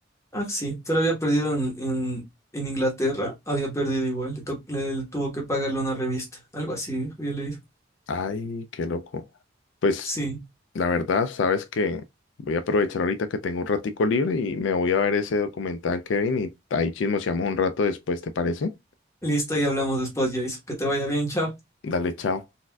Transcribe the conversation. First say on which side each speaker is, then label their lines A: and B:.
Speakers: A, on the left; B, on the left.
A: Ah, sí, pero había perdido en, en- en Inglaterra, había perdido igual, le, to- le- le tuvo que pagarle una revista, algo así, había leído.
B: Ay, qué loco. Pues,
A: Sí,
B: la verdad, sabes que voy a aprovechar ahorita que tengo un ratico libre y me voy a ver ese documental, Kevin, y ahí chismoseamos un rato después, ¿te parece?
A: listo, y hablamos después, Jason. Que te vaya bien, chao.
B: Dale, chao.